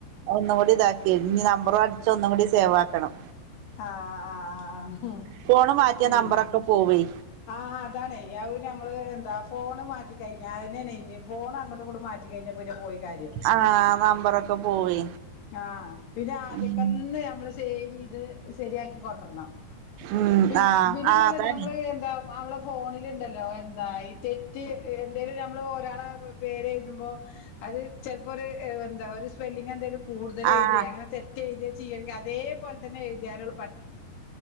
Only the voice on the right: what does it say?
ഒന്നുകൂ ഇതാക്കി ഇ നമ്പർടിച്ച ഒന്നും കൂടി സേവ് ആക്കണം
ഫോണ് മാറ്റിയാ
നമ്പറൊക്കെ പോവുഏ
ആഹ് നമ്പറൊക്കെ പോവേ
ഉം
ഉം
ആഹ്
ആഹ് അതാണ്
ആഹ്